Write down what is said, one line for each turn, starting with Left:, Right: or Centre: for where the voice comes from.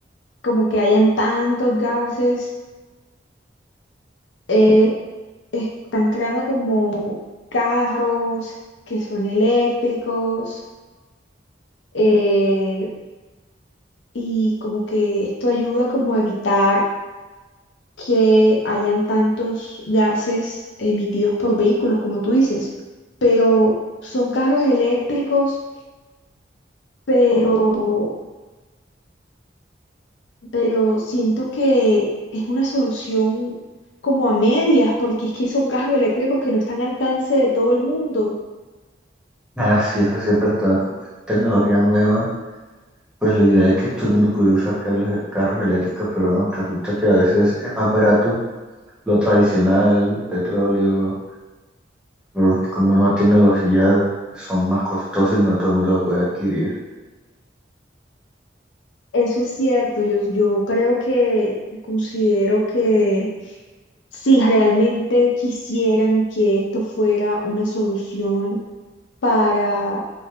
Left: como que hayan tantos gases eh, están creando como carros que son eléctricos eh, y como que esto ayuda como a evitar que hayan tantos gases emitidos por vehículos, como tú dices, pero son carros eléctricos, pero, pero siento que es una solución como a medias, porque es que son carros eléctricos que no están al alcance de todo el mundo.
Centre: Ah, sí, eso sí es verdad, como es tecnología nueva, pues la idea es que todo el mundo pudiera usar carros, carros eléctricos, pero no, resulta que a veces es más barato lo tradicional, petróleo, porque como es nueva tecnología, son más costosos y no todo el mundo lo puede adquirir.
Left: Eso es cierto, yo, yo creo que considero que si realmente quisieran que esto fuera una solución para